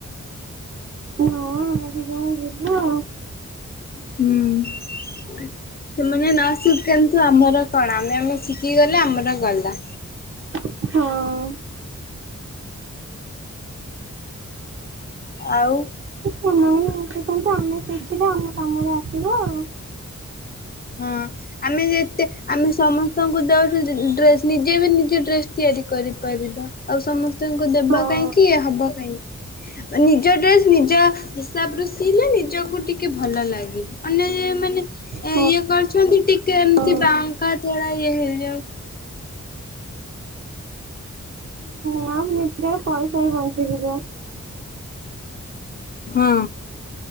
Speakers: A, on the right (about 45°); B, on the left (about 35°).
A: ହଁ ଆମେ ଦିଜଣ ଯିବୁ ଆଉ।
B: ହୁଁ। ସେମାନେ ନ ଶିକନ୍ତୁ। ଆମର କଣ, ଆମେ ଆମେ ଶିକି ଗଲେ ଆମର ଗଲା।
A: ହଁ।
B: ଆଉ
A: ହଁ ନହେଲେ <unintelligible> ଶିଖନ୍ତୁ ଆମେ ଶିଖିଲେ ଆମ କାମରେ ଆସିବ ଆଉ।
B: ହଁ। ଆମେ ଯେତେ ଆମେ ସମସ୍ତଙ୍କୁ ଦଉଛୁ ଡ୍ରେସ୍। ନିଜେ ବି ନିଜେ ଡ୍ରେସ୍ ତିଆରି କରିପାରିବା। ଆଉ ସମସ୍ତଙ୍କୁ ଦେବା
A: ହଁ
B: କାହିଁକି ଇଏ ହବ କାଇଁ, ଆ, ନିଜ ଡ୍ରେସ୍ ନିଜ ହିସାବ ରୁ ସିଇଲେ ନିଜକୁ ଟିକେ ଭଲ ଲାଗିବ। ଅନ୍ୟ ଯେ ମାନେ ଏ
A: ହଁ
B: ଇଏ କରଛନ୍ତି ଟିକେ ଏମିତି
A: ହଁ।
B: ବାଙ୍କା ତେଢା ହେଇଯାଇଛି ଯେ ଯୋଉ।
A: ନା ନିଜେ ପଇସା ହିଁ ବଞ୍ଚିଯିବ।
B: ହଁ।